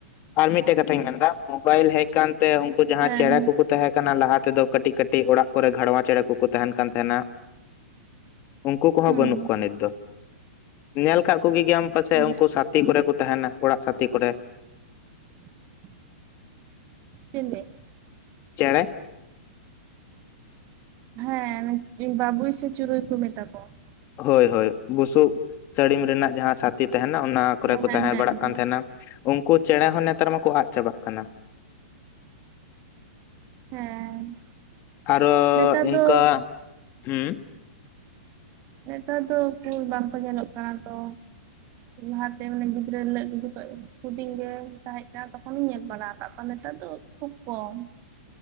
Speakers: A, on the left; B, on the right.
A: ᱟᱨ ᱢᱤᱫᱴᱮᱡ ᱠᱟᱛᱷᱟᱧ ᱢᱮᱱᱫᱟ ᱢᱳᱵᱟᱭᱤᱞ ᱦᱮᱡ ᱟᱠᱟᱱᱛᱮ ᱩᱱᱠᱩ ᱡᱟᱦᱟᱸᱭ
B: ᱦᱮᱸ
A: ᱪᱮᱬᱮ ᱠᱚᱠᱩ ᱛᱟᱦᱮᱸ ᱠᱟᱱᱟ ᱠᱟᱱᱟ ᱞᱟᱦᱟ ᱛᱮᱫᱚ ᱠᱟᱹᱴᱤᱡ ᱠᱟᱹᱴᱤᱡ ᱚᱲᱟᱜ ᱠᱚᱨᱮ ᱜᱷᱟᱲᱣᱟ ᱪᱮᱬᱮ ᱠᱚᱠᱚ ᱛᱟᱦᱮᱱ ᱠᱟᱱ ᱛᱟᱦᱮᱸᱱᱟ ᱩᱱᱠᱩ ᱠᱚᱦᱚᱸ
B: ᱦᱩᱸ
A: ᱵᱟᱹᱱᱩᱜ ᱠᱚᱣᱟ ᱱᱤᱛ ᱫᱚ ᱧᱮᱞ ᱠᱟᱜ ᱠᱚᱜᱮ ᱜᱮᱭᱟᱢ ᱯᱟᱪᱮᱡ
B: ᱮᱦᱮᱸᱜ
A: ᱩᱱᱠᱩ ᱥᱟ ᱜᱟᱛᱤ ᱠᱚᱨᱮ ᱠᱚ ᱛᱟᱦᱮᱱᱟ ᱚᱲᱟᱜ ᱥᱟᱛᱮ ᱠᱚᱨᱮ
B: <inaudible> ᱪᱮᱱᱱᱮ
A: ᱪᱮᱸᱬᱮ
B: ᱦᱮᱸ ᱵᱟᱹᱵᱩᱭ ᱥᱮ ᱪᱩᱨᱩᱭ ᱠᱚ ᱢᱮᱛᱟ ᱠᱚᱣᱟ
A: ᱦᱳᱭ ᱦᱳᱭ ᱵᱩᱥᱩᱵ ᱥᱟᱹᱲᱤᱢ ᱨᱮᱱᱟᱜ ᱡᱟᱦᱟᱸ ᱥᱟᱛᱤ ᱛᱟᱦᱮᱱᱟ ᱚᱱᱟ ᱠᱚᱨᱮ
B: ᱦᱮᱸ
A: ᱠᱚ
B: ᱦᱮᱸ
A: ᱛᱟᱦᱮᱸ
B: ᱦᱮᱸ
A: ᱵᱟᱲᱟᱜ ᱠᱟᱱ ᱛᱟᱦᱮᱱᱟ ᱩᱱᱠᱩ ᱪᱮᱸᱬᱮ ᱦᱚᱸ ᱱᱮᱛᱟᱨ ᱢᱟᱠᱚ ᱟᱫ ᱪᱟᱵᱟᱜ ᱠᱟᱱᱟ
B: ᱦᱮᱸ
A: ᱟᱨᱚ
B: ᱱᱮᱛᱟᱨ
A: ᱤᱱᱠᱟ
B: ᱫᱚ
A: ᱦᱮᱸ
B: ᱱᱮᱛᱟᱨ ᱫᱚ ᱩᱠᱩᱨ ᱵᱟᱝᱠᱚ ᱧᱮᱞᱚᱜ ᱠᱟᱱᱟ ᱛᱚ ᱞᱟᱦᱟᱛᱮ ᱢᱟᱱᱮ ᱜᱤᱫᱽᱨᱟᱹ ᱞᱟᱹᱜ ᱡᱚᱠᱷᱚᱡ ᱦᱩᱰᱤᱧ ᱨᱮ ᱛᱟᱦᱮᱸ ᱠᱟᱱᱟ ᱛᱚᱠᱷᱚᱱᱤᱧ ᱧᱮᱞ ᱵᱟᱲᱟ ᱟᱠᱟᱫ ᱠᱚᱣᱟ ᱱᱮᱛᱟᱨ ᱫᱚ ᱠᱷᱩᱵ ᱠᱚᱢ